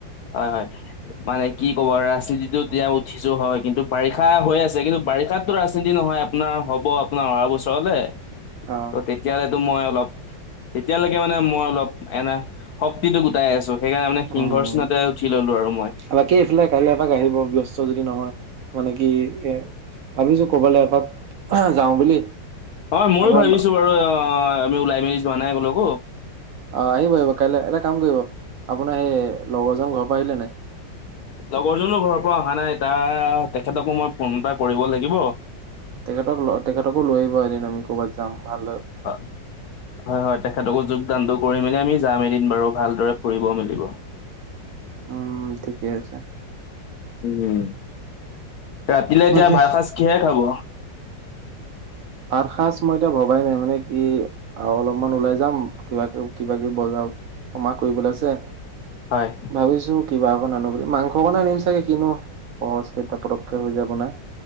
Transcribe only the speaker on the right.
অ'।
উম
বাকী এইফালে কাইলৈ এপাক আহিব ব্যস্ত যদি নহয়, মানে কি এ ভাবিছো ক'বাল এপাক যাওঁ বুলি।
আপোনাৰ
অ, আহিব আহিব কাইলৈ- এটা কাম কৰিব আপোনাৰ সেই লগৰজন ঘৰ পৰা আহিলে নাই?
তেখেতক ল তেখেতকো লৈ আহিব এদিন আমি কৰ'বাত যাম ভাল
উম, ঠিকে আছে।
বাকী
ভাত সাজ মই এতিয়া ভবাই নাই মানে কি? আৰু অলপমান ওলাই যাম কিবা কিবা কিবি বজাৰ সমাৰ কৰিবলৈ আছে।
ভাবিছো। কিবা অকণ আনো বুলি মাংসকণে আনিম চাগে কিনো সহজ কেইটা পতক কে হৈ যায় বনাই।